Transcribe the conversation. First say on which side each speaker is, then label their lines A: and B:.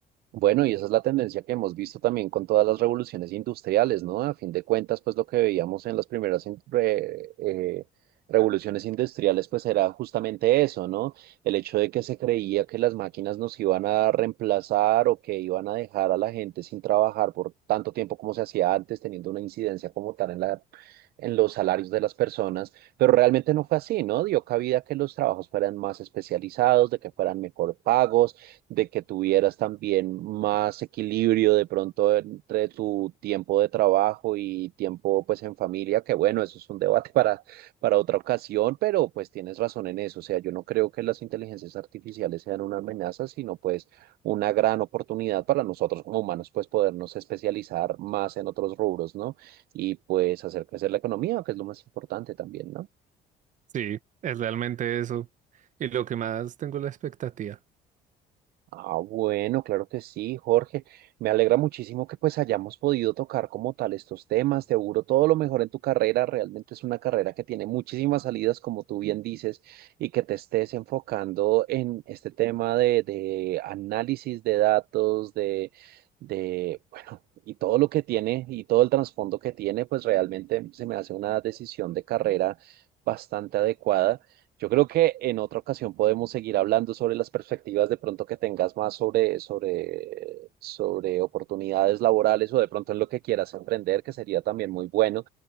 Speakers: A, on the right; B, on the right.
A: Bueno, y esa es la tendencia que hemos visto también con todas las revoluciones industriales, ¿no? A fin de cuentas, pues lo que veíamos en las primeras in- re- eh, revoluciones industriales, pues era justamente eso, ¿no? El hecho de que se creía que las máquinas nos iban a reemplazar o que iban a dejar a la gente sin trabajar por tanto tiempo como se hacía antes, teniendo una incidencia como tal en la, en los salarios de las personas, pero realmente no fue así, ¿no? Dio cabida a que los trabajos fueran más especializados, de que fueran mejor pagos de que tuvieras también más equilibrio de pronto entre tu tiempo de trabajo y tiempo pues en familia, que bueno, eso es un debate para, para otra ocasión, pero pues tienes razón en eso. O sea, yo no creo que las inteligencias artificiales sean una amenaza, sino pues una gran oportunidad para nosotros como humanos, pues podernos especializar más en otros rubros, ¿no? Y pues hacer crecer la economía, que es lo más importante también, ¿no?
B: Sí, es realmente eso. Y lo que más tengo es la expectativa.
A: Ah, bueno, claro que sí, Jorge. Me alegra muchísimo que pues hayamos podido tocar como tal estos temas. Te auguro todo lo mejor en tu carrera. Realmente es una carrera que tiene muchísimas salidas, como tú bien dices, y que te estés enfocando en este tema de, de análisis de datos, de, de, bueno, y todo lo que tiene y todo el trasfondo que tiene, pues realmente se me hace una decisión de carrera bastante adecuada. Yo creo que en otra ocasión podemos seguir hablando sobre las perspectivas de pronto que tengas más sobre, sobre, sobre oportunidades laborales o de pronto en lo que quieras emprender, que sería también muy bueno,